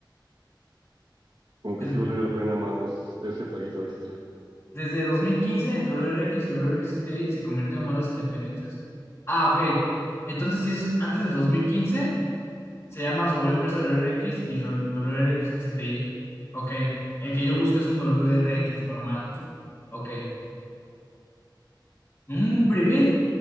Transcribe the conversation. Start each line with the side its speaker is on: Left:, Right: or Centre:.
Right: Como
Left: Desde,
Right: que sí valdría la pena más ese paguito extra.
Left: desde dos mil quince, W R X y W R X S T I se convirtieron en modelos independientes. Ah, ok. Entonces, si es antes del dos mil quince. Se llama sobre empresa W R X y re- W R X S T I, Ok. El que yo busco es un W R X normal. Ok. Un breve.
Right: Mm,